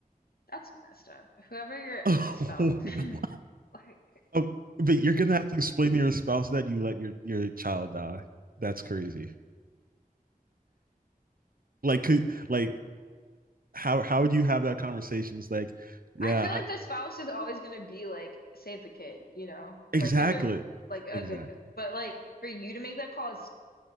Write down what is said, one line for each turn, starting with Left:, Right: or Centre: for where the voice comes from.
Left: that's messed up. Whoever your
Right: <laughs>
Left: spouse,
Right: oh,
Left: <laughs> like,
Right: but you're gonna have to explain to your spouse that you let your your child die. That's crazy. Like could like how how would you have that conversation? It's like, yeah,
Left: I feel
Right: I-
Left: like the spouse is always gonna be like, save the kid. You know,
Right: exactly.
Left: like if they're like a
Right: Exactly.
Left: good, g- but like for you to make that call, it's